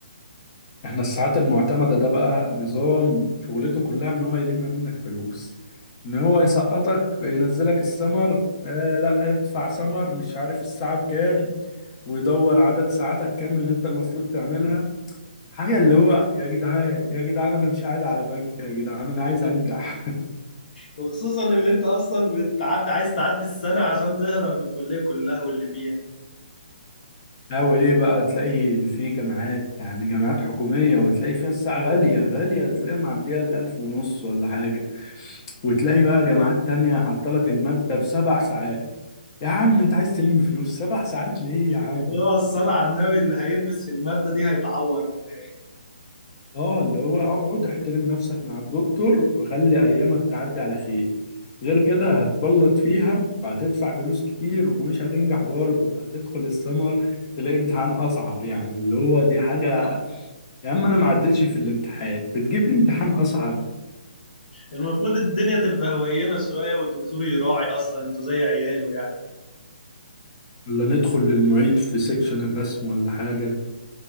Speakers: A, on the left; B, on the left.
A: احنا الساعات المعتمدة ده بقى نظام شغلته كلها ان هو يلم منك فلوس ان هو يسقطك ينزلك السمر آه لا ادفع سمر مش عارف الساعة بكام ويدور عدد ساعاتك كام اللي انت المفروض تعملها حاجة اللي هو يا جدعان يا جدعان انا مش قاعد على بنك يا جدعان انا عايز انجح
B: وخصوصا اللي انت اصلا بتعدي عايز تعدي السنة عشان تهرب من الكلية كلها واللي فيها
A: أو إيه بقى تلاقي في جامعات يعني جامعات حكومية وتلاقي فيها الساعة غالية غالية تلاقيها معدية الألف ونص ولا حاجة وتلاقي بقى جامعات تانية حاطلك المادة بسبع ساعات يا عم أنت عايز تلم فلوس سبع ساعات ليه يا عم؟
B: اللي هو الصلاة على النبي اللي هيلبس في المادة دي هيتعور من الآخر
A: آه اللي هو اقعد احترم نفسك مع الدكتور وخلي أيامك تعدي على خير غير كده هتبلط فيها وهتدفع فلوس كتير ومش هتنجح برضه هتدخل السمر تلاقي امتحان أصعب يعني اللي هو دي حاجة يا عم انا ما عدتش في الامتحان بتجيب لي امتحان اصعب
B: المفروض الدنيا تبقى هوينة شوية والدكتور يراعي أصلا انتوا زي عياله يعني
A: ولا ندخل للمعيد في سيكشن الرسم ولا حاجة